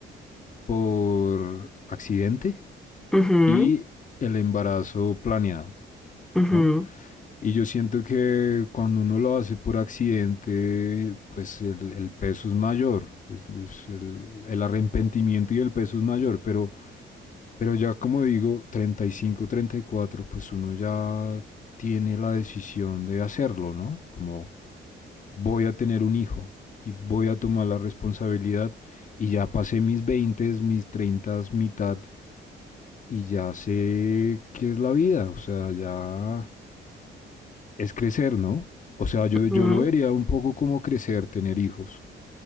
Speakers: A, on the left (about 40°); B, in the centre.
A: por accidente
B: Ujú,
A: y el embarazo planeado,
B: ujú.
A: ¿no? Y yo siento que cuando uno lo hace por accidente, pues el, el peso es mayor, es- es el, el arrepentimiento y el peso es mayor, pero, pero ya como digo, treinta treinta y cinco, treinta y cuatro, pues uno ya tiene la decisión de hacerlo, ¿no? Como voy a tener un hijo y voy a tomar la responsabilidad y ya pasé mis 20, mis 30, mitad y ya sé qué es la vida, o sea, ya es crecer, ¿no? O sea, yo, yo
B: Ujú.
A: lo vería un poco como crecer, tener hijos.